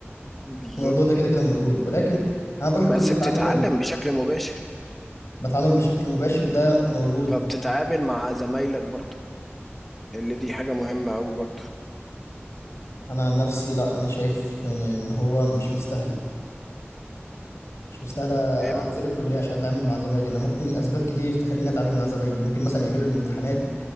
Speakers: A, in the centre; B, on the left.
A: بالظبط
B: الموضوع ده كده كده موجود ولكن أنا بروح الكلية
A: بس
B: أتعلم
A: بتتعلم
B: وأجي
A: بشكل مباشر
B: بتعلم بشكل مباشر ده موجود
A: فبتتعامل مع زمايلك برضه اللي دي حاجة مهمة أوي برضو
B: أنا عن نفسي لا أنا شايف إن إن هو مش مستاهلة مش مستاهلة
A: إيه، م-
B: أنزل الكلية عشان أتعامل مع زمايلي أنا ممكن أسباب كتير تخليني أتعامل مع زمايلي ممكن مثلا يعملوا الامتحانات